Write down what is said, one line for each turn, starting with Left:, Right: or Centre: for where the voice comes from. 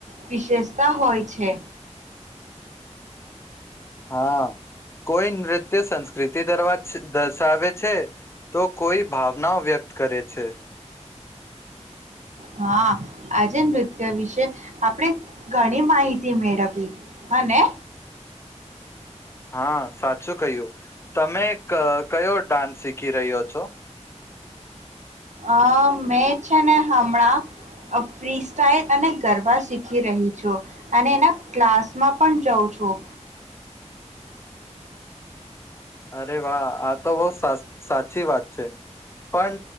Right: વિશેષ હોય છે.
Left: હા કોઈ નૃત્ય સંસ્કૃતિ દરવા દર્શાવે છે તો કોઈ ભાવના વ્યક્ત કરે છે.
Right: હા આજે નૃત્ય વિશે આપણે ઘણી માહિતી મેળવી હને
Left: હા સાચું કહ્યું તમે. કયો ડાન્સ શીખી રહ્યો છો.
Right: અ મેં છે ને હમણાં ફ્રી સાઈલ અને ગરબા શીખી રહી છું અને એના ક્લાસમાં પણ જાઉં છું.
Left: અરે વાહ આ તો બહ સાચી વાત છે પણ